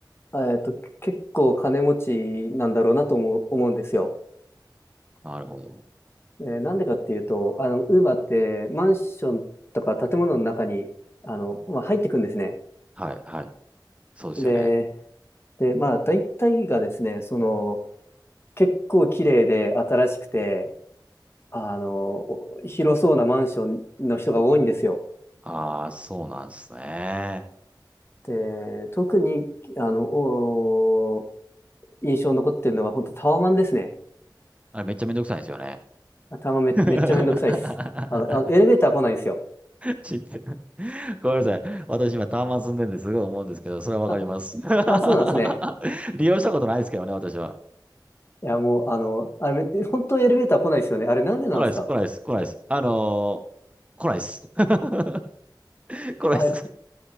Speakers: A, on the left; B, on the right.
A: えっと、結構金持ちなんだろうなと思う、思うんですよ。
B: なるほど。
A: えーなんでかっていうと、あの、ウーバーってマンションとか建物の中に、あの、まあ、入ってくんですね。
B: はい、はい。そうですよね。
A: で、で、まあ、大体がですね、その、結構綺麗で新しくて、あの、お広そうなマンションの人が多いんですよ。
B: ああ、そうなんですね。
A: で、特に、あの、お印象に残ってるのが本当タワマンですね。
B: あれ、めっちゃめんどくさいんですよね。
A: あタワマンめ、
B: <laughs>
A: めっちゃめんどくさいです。あの、あエレベーター来ないんですよ。
B: 知って。<laughs> ごめんなさい。私今タワマン住んでるんですごい思うんですけど、それはわかります。
A: あ、
B: <laughs>
A: あ、そうなんですね。
B: 利用したことないですけどね、私は。
A: いや、もう、あの、あれ、め本当エレベーター来ないですよね。あれ、なんでなんですか
B: 来ないです、来ないです、来ないです。あのー来ないです。<laughs> 来ないです。
A: あ、え